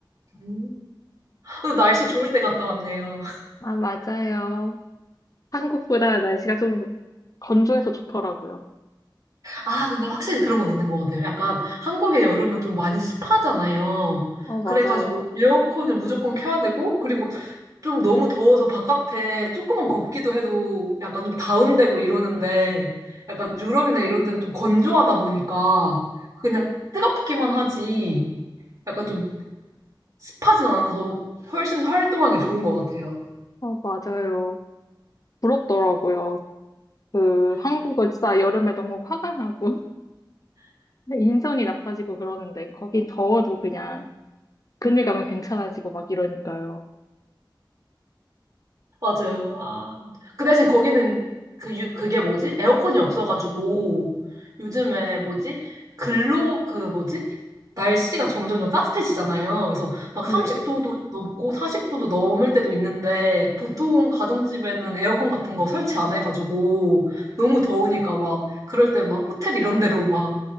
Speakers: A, on the right; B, on the left.
A: 음. 근데 날씨 좋을 때 갔다 왔네요.
B: 아, 맞아요. 한국보다 날씨가 좀 건조해서 좋더라고요.
A: 아, 근데 확실히 그런 건 있는 것 같아요. 약간 한국의 여름은 좀 많이 습하잖아요.
B: 어, 맞아요.
A: 그래가지고 에어컨을 무조건 켜야 되고, 그리고 좀 너무 더워서 바깥에 조금만 걷기도 해도 약간 좀 다운되고 이러는데, 약간 유럽이나 이런 데는 좀 건조하다 보니까 그냥 뜨겁기만 하지, 약간 좀 습하진 않아서 훨씬 활동하기 좋은 것 같아요.
B: 어, 맞아요. 부럽더라고요. 그, 한국은 진짜 여름에 너무 화가 나고 <laughs> 인성이 나빠지고 그러는데, 거긴 더워도 그냥 그늘 가면 괜찮아지고 막 이러니까요.
A: 맞아요. 아, 그 대신 거기는 그 유, 그게 뭐지? 에어컨이 없어가지고 요즘에 뭐지? 글로 그 뭐지? 날씨가 점점 점 따뜻해지잖아요. 그래서 막
B: 네네.
A: 30도도 넘고 40도도 넘을 때도 있는데 보통 가정집에는 에어컨 같은 거 설치 안 해가지고 너무 더우니까 막 그럴 때 막 호텔 이런 데로 막